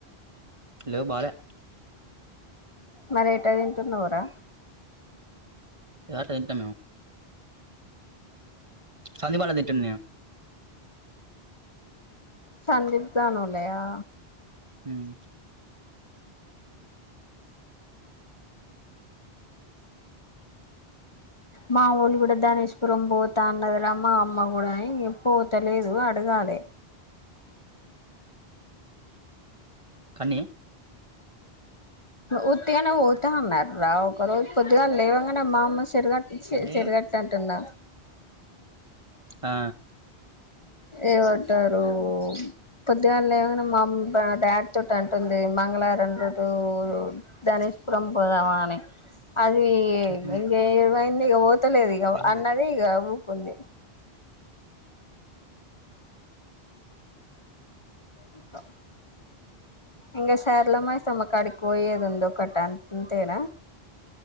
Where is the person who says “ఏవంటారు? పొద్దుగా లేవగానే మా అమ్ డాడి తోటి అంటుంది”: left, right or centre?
Left